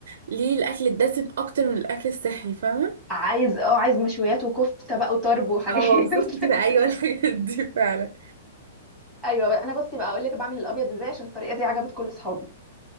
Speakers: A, on the right; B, in the centre.
A: ليه الاكل الدسم اكتر من الاكل الصحي فاهمه
B: عايز اه عايز مشويات وكفته بقى وطرب وحاجات
A: اه بالظبط
B: <laughs>
A: كده ايوه الحاجات دي فعلا
B: ايوه بقى انا بصي بقى اقول لك بعمل الابيض ازاي عشان الطريقه دي عجبت كل اصحابي